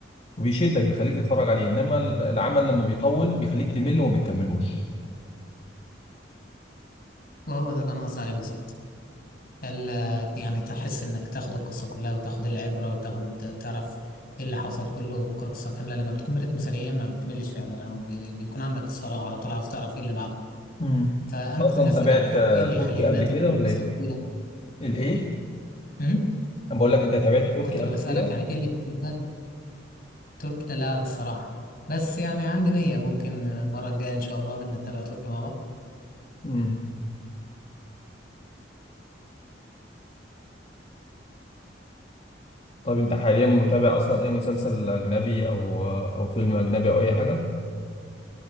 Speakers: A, on the left (about 35°); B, on the left (about 50°).
A: وبيشدك بيخليك تتفرج عليه انما ال- العمل لما بيطول بيخليك تمل وما بتكملوش
B: وهو ده اللي أنا قصدي عليه بالظبط ال- يعني تحس انك تاخد القصة كلها وتاخد العبرة وتاخد تعرف ايه اللي حصل كله قصة كاملة لما بتكون برتم سريع ما بتملش فعلا وبيكون عندك إثارة وعلى طول عاوز تعرف ايه اللي بعده
A: امم
B: فأنا
A: اصلا
B: كنت بنسأل
A: تابعت
B: يعني
A: آه،
B: ايه اللي
A: تركي
B: يخليك
A: قبل
B: بقى تنقل
A: كده ولا
B: القصة
A: ايه
B: طويلة
A: الايه
B: أمم؟
A: انا بقول لك انت تابعت تركي
B: كنت
A: قبل
B: بسألك
A: كده
B: يعني ايه اللي يخليك بقى ترك لا الصراحة بس يعني عندي نية ممكن المرة الجاية إن شاء الله نبقى نتابع تركي مع بعض
A: امم طب انت حاليا متابع اصلا اي مسلسل اجنبي او آه، او فيلم اجنبي او اي حاجه